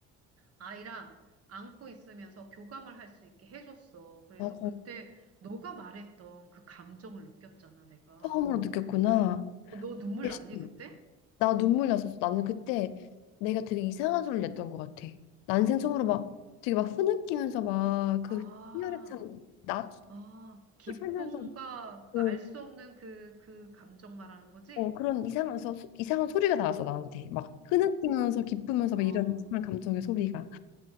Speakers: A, on the right (about 45°); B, on the left (about 85°).
A: 아이랑 안고 있으면서 교감을 할 수 있게 해줬어. 그래서
B: 맞아.
A: 그때 너가 말했던 그 감정을 느꼈잖아, 내가.
B: 처음으로 느꼈구나.
A: 어, 너 눈물
B: 이게
A: 났니,
B: 심-
A: 그때?
B: 나 눈물 났었어. 나는 그때 내가 되게 이상한 소리를 냈던 것 같아. 난생 처음으로
A: 어떤?
B: 막 되게 막 흐느끼면서 막 그
A: 아,
B: 희열에 찬나
A: 아, 기쁨과
B: 살면서
A: 그
B: 뭐
A: 알 수 없는 그, 그 감정 말하는 거지?
B: 어, 그런 이상해서 소- 이상한 소리가 나왔어 나한테 막 흐느끼면서 기쁘면서
A: 아,
B: 막 이런 이상한 감정의 소리가